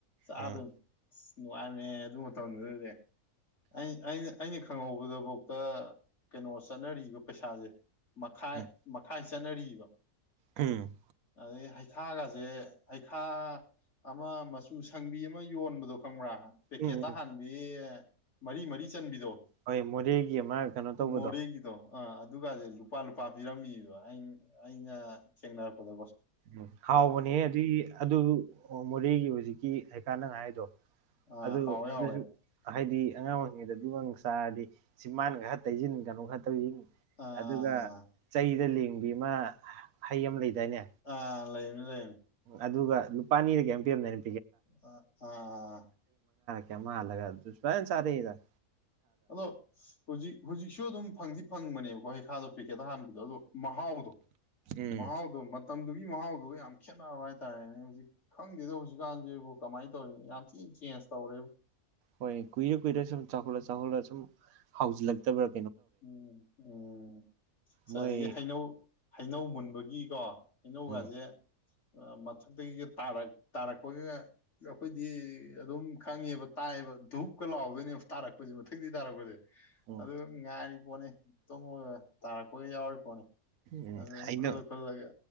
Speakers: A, on the left; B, on the right.
A: ꯆꯥꯗꯣꯏꯅꯤ
B: ꯎꯝ
A: ꯑꯁ ꯅꯨꯡꯉꯥꯏꯕꯅꯦ ꯑꯗꯨ ꯝꯠ ꯃꯇꯝꯗꯨꯗꯤ ꯑꯩꯅ ꯑꯩꯅ ꯈꯡꯍꯧꯕꯗꯐꯥꯎꯇ ꯀꯩꯅꯣ ꯆꯠꯅꯔꯤꯕ ꯄꯩꯁꯥꯁꯦ ꯃꯈꯥꯏ
B: ꯎꯝ
A: ꯃꯈꯥꯏ ꯆꯟꯅꯔꯤꯕ
B: ꯎꯝ
A: ꯑꯗ ꯍꯥꯏ ꯍꯩꯈꯥꯒꯁꯦ ꯍꯩꯈꯥ ꯑꯃ ꯃꯆꯨ ꯁꯡꯕꯤ ꯑꯃ ꯌꯣꯟꯕꯗꯣ ꯈꯡꯕ꯭ꯔꯥ ꯄꯦꯀꯦꯠꯇ
B: ꯎꯝ ꯎꯝ
A: ꯍꯥꯟꯕꯤ ꯃꯔꯤ ꯃꯔꯤ ꯆꯟꯕꯤꯗꯣ
B: ꯍꯣꯏ ꯃꯣꯔꯦꯒꯤ ꯑꯃ ꯀꯩꯅꯣ ꯇꯧꯕꯗꯣ
A: ꯃꯣꯔꯦꯒꯤ ꯑ ꯑꯗꯨꯒꯗꯤ ꯂꯨꯄꯥ ꯂꯨꯄꯥ ꯄꯤꯔꯝꯃꯤꯕ ꯑꯩꯅ ꯊꯦꯡꯅꯔꯛꯄꯗ
B: ꯎ ꯍꯥꯎꯕꯅꯦ ꯑꯗꯨꯏ ꯑꯗꯨ ꯃꯣꯔꯦꯒꯤ ꯍꯧꯖꯤꯛꯀꯤ ꯍꯩꯈꯥ ꯅꯒ ꯍꯥꯏꯗꯣ
A: ꯑꯥ
B: ꯑꯗꯨ
A: ꯍꯥꯎꯋꯦ
B: ꯑꯗꯨꯁꯨ
A: ꯍꯥꯎꯋꯦ
B: ꯍꯥꯏꯗꯤ ꯑꯉꯥꯡ ꯑꯣꯏꯔꯤꯉꯩꯗ ꯑꯗꯨꯒꯒ ꯆꯥꯔꯗꯤ ꯆꯤꯟꯕꯥꯟ ꯈꯔ ꯇꯩꯁꯤꯟ ꯀꯩꯅꯣ ꯈꯔꯥ
A: ꯑꯥ
B: ꯑꯗꯨꯒ ꯆꯩꯗ ꯂꯦꯡ ꯕꯤ ꯑꯃ ꯍꯩ ꯑꯃ ꯂꯩꯗꯥꯏꯅꯦ
A: ꯑꯥ ꯂꯩꯕꯥꯅꯤ ꯂꯩꯕꯥꯅꯤ
B: ꯑꯗꯨꯒ ꯅꯦꯄꯥꯅꯤꯔꯥ ꯀꯩꯝ ꯄꯤꯔꯝꯗ <unintelligible>
A: ꯑꯥ ꯑꯥ
B: ꯌꯥꯃꯜꯒꯥ ꯑꯗꯨ ꯐꯖꯅꯥ ꯆꯥꯗꯩꯩꯗ
A: ꯑꯗꯣ ꯍꯧꯖꯤꯛ ꯍꯧꯖꯤꯛꯁꯨ ꯑꯗꯨꯝ ꯐꯡꯗꯤ ꯐꯡꯕꯅꯦꯕꯀꯣ ꯍꯩꯈꯥꯗꯣ ꯄꯦꯛꯀꯦꯠ ꯍꯍꯥꯟꯕꯗꯨ ꯑꯗꯨ ꯃꯍꯥꯎꯗꯣ
B: ꯎꯝ
A: ꯃꯍꯥꯎꯗꯣ ꯃꯇꯝꯗꯨꯒꯤ ꯃꯍꯥꯎꯗꯨꯒ ꯌꯥꯝ ꯈꯦꯠꯅꯕ ꯍꯥꯏꯇꯥꯔꯦꯅꯦ ꯍꯧꯖꯤꯛ ꯈꯡꯗꯦꯗ ꯍꯧꯖꯤꯛꯀꯥꯟꯁꯤꯦꯕꯨ ꯀꯃꯥꯏꯅ ꯇꯧꯔꯤ ꯌꯥꯝ ꯊꯤꯅ ꯆꯦꯟꯖ ꯇꯧꯔꯦꯕ
B: ꯍꯣꯏ ꯀꯨꯏꯔꯦ ꯀꯨꯏꯔꯦ ꯁꯨꯝ ꯆꯥꯎꯈꯠꯂ ꯆꯥꯎꯈꯠꯂꯒ ꯁꯨꯝ ꯍꯥꯎꯁꯤꯜꯂꯛꯇꯕ꯭ꯔꯥ
A: ꯎꯝ ꯎꯝ
B: ꯃꯣꯏ
A: ꯑꯗꯒꯤ ꯍꯩꯅꯧ ꯍꯩꯅꯧ ꯃꯨꯟꯕꯒꯤ ꯒꯤꯀꯣ ꯍꯩꯅꯧꯒꯁꯦ
B: ꯎꯝ
A: ꯃꯊꯛꯇꯒꯤꯒ ꯇꯥꯔꯛꯄꯒ ꯑꯩꯈꯣꯏꯗꯤ ꯑꯗꯨꯝ ꯈꯪꯉꯦꯕ ꯇꯥꯏꯑꯕ ꯙꯨꯨꯞꯀ ꯂꯥꯎꯗꯣꯏꯅꯦꯕ ꯇꯥꯔꯛꯄꯁꯦ ꯃꯊꯪꯛꯇ ꯇꯥꯔꯛꯄꯁꯦ
B: ꯎꯝ
A: ꯑꯗꯨꯗ ꯉꯥꯏꯔꯤꯄꯣꯠꯅꯤ ꯇꯨꯝꯃꯒ ꯇꯥꯔꯛꯄꯒ ꯌꯥꯎꯔꯤꯄꯣꯠꯅꯤ
B: ꯎꯝ
A: ꯑꯗꯨꯝ
B: ꯍꯩꯅꯧ
A: ꯈꯨꯜꯂ ꯈꯨꯜꯂꯒ